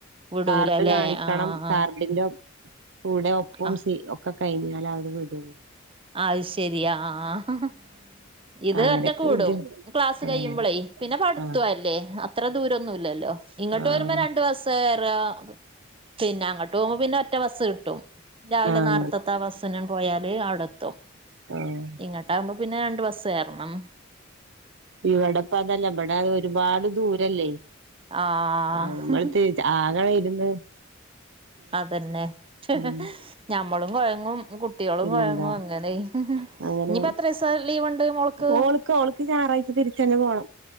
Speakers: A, on the right; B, on the right.
A: വിടൂലല്ലേ
B: കാർഡ് കാണിക്കണം
A: ആഹ്
B: കാർഡിന്റെ കൂടെ ഒപ്പും
A: ആഹ്
B: സി ഒക്കെ കയിഞ്ഞാലെ അവര് വിടുള്ളൂ
A: അയ് ശെരിയാ ആഹ് ആഹ് ഇത്
B: അങ്ങനൊക്കെ
A: ഒറ്റക്ക് വിടും
B: ബുദ്ധി
A: ക്ലാസ് കയിമ്പളേ
B: ആഹ്
A: പിന്നെ പഠിത്ത്വ
B: ആഹ്
A: അല്ലെ അ ത്ര ദൂരൊന്നുല്ലല്ലോ ഇങ്ങോട്ട്
B: ആഹ്
A: വെരുമ്പം രണ്ട് വ്സ് ത്ത്റാ പിന്നെ അങ്ങോട്ട് പോവുമ്പോ പിന്നെ ഒറ്റബസ്സ്കിട്ടുംരാവിലെ
B: ആഹ്
A: നേർത്ത ത്ത വസനം പോയാല് അവിടെ എത്തും
B: ആഹ്
A: ഇങ്ങോട്ട ആകുമ്പോപിന്നെ രണ്ട് ബസ്സ് കേറണം.
B: ഇവിടെപ്പ അതല്ല ഇവിടെ ഒരുപാട് ദൂരല്ലേ
A: ആഹ്
B: ആ <unintelligible> ആരാ വരുന്ന്
A: അതന്നെ <unintelligible>
B: ഉം
A: ഞമ്മളും കൊയങ്ങും കുട്ട്യോളും
B: പിന്നെന്താ
A: കൊയങ്ങും അങ്ങനെ
B: അങ്ങനെ
A: ഇനിപ്പോ അത്ര സ ലീവ് ഒണ്ട് മോൾക്ക്
B: ഓൾക്ക് ഓൾക്ക് ഞായറാഴ്ച തിരിച്ചന്നെ പോണം